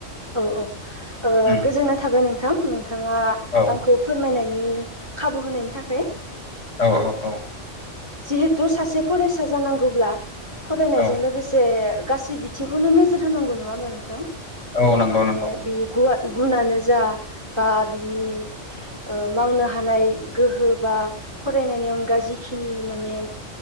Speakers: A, on the right (about 20°); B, on the left (about 75°).
A: औ औ ओ
B: उम
A: गोजोनना थाबाय नोंथां नोंथाङा
B: औ
A: खौ फोरमायनायनि खाबु होनायनि थाखाय
B: औ औ औ
A: जिहेथु सासे फरायसा जानांगौब्ला फरायनायजों
B: औ
A: लोगोसे गासै बिथिंखौनो नोजोर होनांगौ नङा होमबा नोंथां बेयो
B: औ नंगौ
A: माने
B: नंगौ
A: बिनि गुवा गुनानो जा बा बिनि ओ मावनो हानाय गोहो बा फरायनायनि अनगा जिखिनि माने